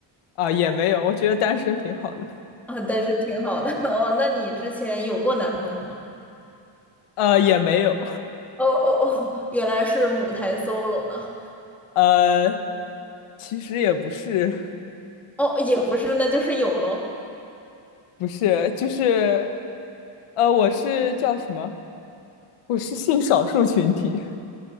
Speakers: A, on the left; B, in the centre.
A: 啊，也没有，我觉得单身挺好的。
B: 啊、但是挺好的。<laughs> 哦，那你之前有过男朋友吗？
A: 呃，也没有，
B: 哦哦哦，原来是母胎 solo 呢。
A: <laughs> 呃，其实也不是，
B: 哦，也不是，那就是有喽。
A: 不是，就是，呃，我是叫什么？我是性少数群体。